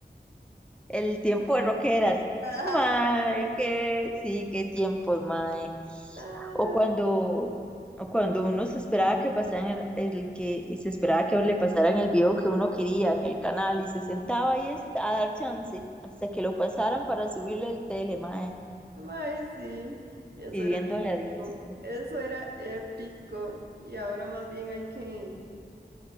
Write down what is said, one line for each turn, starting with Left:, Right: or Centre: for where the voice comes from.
Centre: el tiempo de roqueras.
Right: <laughs>
Centre: Mae, que sí, qué tiempos, mae.
Right: Ah,
Centre: O cuando, o cuando uno se esperaba que pasaran el, el que se esperaba que le pasaran el video que uno quería en el canal y se sentaba ahí es- a dar chance hasta que lo pasaran para subirle el tele, mae,
Right: mae, sí, eso
Centre: pidiéndole
Right: era
Centre: a Dios.
Right: algo, eso era épico. Y ahora más bien hay que,